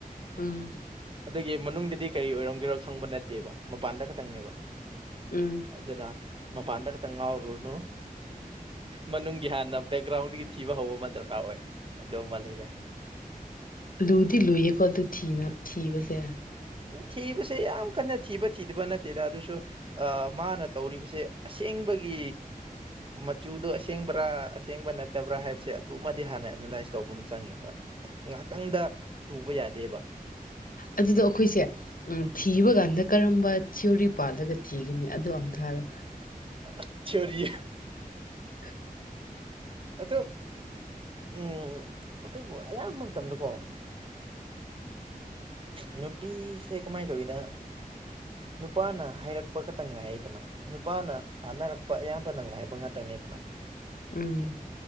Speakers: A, on the left; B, on the right.
A: ꯎꯝ
B: ꯑꯗꯨꯒꯤ ꯃꯅꯨꯡꯗꯗꯤ ꯀꯔꯤ ꯑꯣꯏꯔꯝꯒꯦꯔꯣ ꯈꯪꯕ ꯅꯠꯇꯦꯕ ꯃꯄꯥꯟꯗ ꯈꯛꯇꯪꯅꯦꯕ
A: ꯎꯝ
B: ꯑꯗꯨꯅ ꯃꯄꯥꯟꯗ ꯈꯛꯇꯪ ꯉꯥꯎꯔꯨꯔꯅꯨ ꯃꯅꯨꯡꯒꯤ ꯍꯥꯟꯅ ꯕꯦꯛꯒ꯭ꯔꯥꯎꯟꯗꯒꯤ ꯊꯤꯕ ꯍꯧꯕ ꯑꯃ ꯗꯔꯀꯥꯔ ꯑꯣꯏ ꯑꯗꯨ ꯑꯃ ꯂꯩꯔꯦ
A: ꯂꯨꯗꯤ ꯂꯨꯏꯌꯦꯀꯣ ꯑꯗꯨ ꯊꯤꯕꯁꯦ
B: ꯎ ꯊꯤꯕꯁꯦ ꯌꯥꯝ ꯀꯟꯅ ꯊꯤꯕ ꯊꯤꯗꯕ ꯅꯠꯇꯦꯗ ꯑꯗꯨꯁꯨ ꯃꯥꯅ ꯇꯧꯔꯤꯕꯁꯦ ꯑꯁꯦꯡꯕꯒꯤ ꯃꯆꯨꯗꯣ ꯑꯁꯦꯡꯕ꯭ꯔꯥ ꯑꯁꯦꯡꯕ ꯅꯠꯇꯕ꯭ꯔꯥ ꯍꯥꯏꯕꯁꯦ ꯑꯗꯨꯃꯗꯤ ꯍꯥꯟꯅ ꯑꯦꯅꯥꯂꯥꯏꯁ ꯇꯧꯕ ꯑꯃ ꯆꯪꯉꯦ ꯍꯣꯏ ꯉꯍꯥꯛꯇꯪꯗ ꯇꯨꯕ ꯌꯥꯗꯦꯕ
A: ꯑꯗꯨꯗꯣ ꯑꯩꯈꯣꯏꯁꯦ
B: ꯎꯝ
A: ꯊꯤꯕ ꯀꯥꯟꯗ ꯀꯔꯝꯕ ꯊꯤꯑꯣꯔꯤ ꯄꯥꯜꯂꯒ ꯊꯤꯒꯅꯤ ꯑꯗꯨ ꯑꯝ ꯊꯥꯔꯣ
B: ꯑꯥ ꯆꯔꯤ
A: <unintelligible>
B: ꯑꯗꯨ ꯎꯝ ꯑꯗꯨꯕꯨ ꯑꯌꯥꯝꯕ ꯃꯇꯝꯗꯀꯣ ꯎꯝ ꯅꯨꯄꯤꯁꯦ ꯀꯃꯥꯏꯅ ꯇꯧꯋꯤꯅ ꯅꯨꯄꯥꯅ ꯍꯥꯏꯔꯛꯄ ꯈꯛꯇꯪ ꯉꯥꯏꯗꯅ ꯅꯨꯄꯥꯅ ꯇꯥꯅꯔꯛꯄ ꯑꯌꯥꯝꯕꯅ ꯉꯥꯏꯕ ꯉꯥꯛꯇꯅꯤꯗꯅ
A: ꯎꯝ